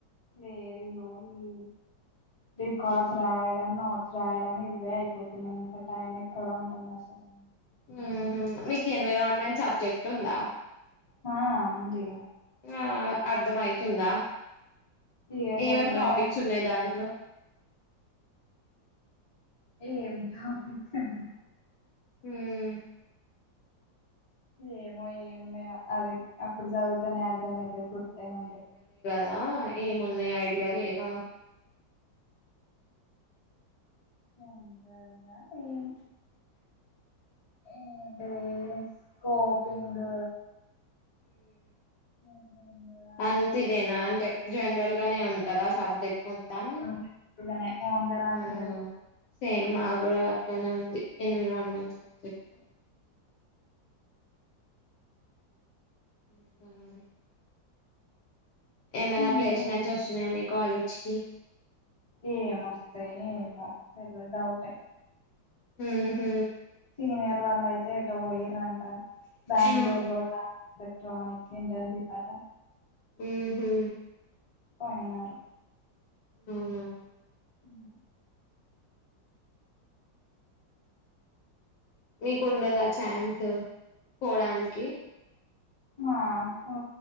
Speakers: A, on the left; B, on the left.
A: లేదు ఇంగో ఈ రికార్డ్స్
B: ఉమ్
A: రాయడం రాయడం ఇవ్వే అయిపోతున్నయి ఇంక టైం ఎక్కడా ఉంటుందసలు
B: ఉమ్ హ్ మీకు ఎన్విరాన్మెట్ సబ్జెక్ట్ ఉందా
A: హా ఉంది
B: ఆ అర్థమయితుందా
A: ది ఏది
B: ఏమేం
A: అట్లనే
B: టాపిక్స్ ఉన్నాయి దాంట్లో
A: ఏంటా పిచ్చితనం
B: ఉమ్
A: ఏమో ఏమున్నయో అది అప్పుడు చదువుతనే అర్ధమయితది గుర్తే ఉండ
B: దా ఏమున్నయి ఐడియా లేవా?
A: జనరల్గా ఏం ఏంటీ స్కోపింగ్ స్కిమ్మింగ్ అలాంటి
B: అంతిదేనా అంటే జనరల్ గనే ఉంటదా సబ్జెక్ట్ మొత్తం
A: న్ గనే ఓన్గ రాసేయో
B: ఆ సేమ్ మాగ్గుడ అట్లనే ఉంది ఎన్విరాన్మెంట్ సబ్జెక్ట్ ఇంక మరి ఏమైనా
A: ఇంకా
B: ప్లేస్మెంట్స్ ఒస్తున్నయా మీ కాలేజ్ కి
A: ఏం ఒస్తయో ఏమో తెల్వదు డౌటే
B: ఉమ్ హ్
A: సీనియర్ వాళ్ళయితే ఎటో పోయిర్రంట బెంగళూరు
B: ఉహు
A: లో ఎలెక్ట్రనిక్ ఇంటర్న్షిప్ అట
B: ఉమ్ హు
A: పోయినారు
B: అవునా
A: హ్మ్
B: మీకుండదా ఛాన్స్ పోవడానికి
A: మాకు